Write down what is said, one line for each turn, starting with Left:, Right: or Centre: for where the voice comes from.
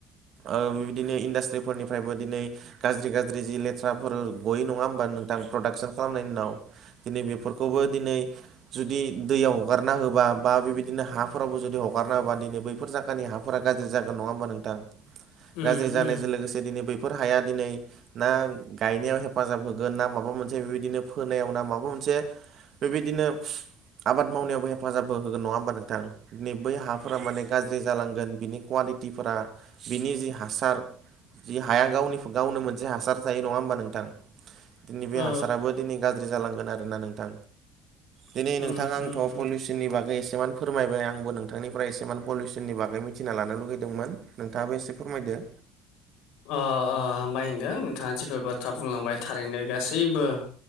Right: ओ बिबायदिनो इन्डास्ट्रिफोरनिफ्रायबो दिनै गाज्रि गाज्रि जि लेथ्राफोर। गयो नङा होमबा नोंथां प्रडाक्सन खालामनायनि उनाव दिनै बेफोरखौबो दिनै जुदि दैयाव हगारना होनबा बा बेबायदिनो हाफोरावबो जुदि हगारनाहोबा दिनै बैफोर जायगानि हाफोरा गाज्रि जागोन नङा होमबा नोंथां।
Left: उम
Right: गाज्रि जानायजों
Left: उम
Right: लोगोसे दिनै बैफोर हाया दिनै ना गायनायाव हेफाजाब होगोन ना माबा मोनसे बेबायदिनो फोनायाव ना माबा मोनसे बेबायदिनो आबाद मावनायावबो हेफाजाब। होगोन नङा हबा नोंथां दिै बै हाफोरा माने गाज्रि जालांगोन बिनि। कुवालिटिफोरा बिनि जि हासार जि हाया गावनि गावनो मोनसे हासार थायो नङा होमबा नोंथां। दिनै बे
Left: ओ
Right: हासाराबो दिनै गाज्रि जालांगोन आरोना नोंथां दिनै
Left: उम
Right: नोंथां आंथ'
Left: उम उम
Right: पलिसि। नि बागै एसेबान फोरमायबाय आंबो नोंथांनिफ्राय एसेबान पलिउसननि बागै मिथिना लानो लुगैदोंमोन। नोंथाङाबो एसे फोरमायदो।
Left: अ अ हामबाय होनदों नोंथाङा जेफोर बाथ्रा बुंलांबाय थारैनो गासैबो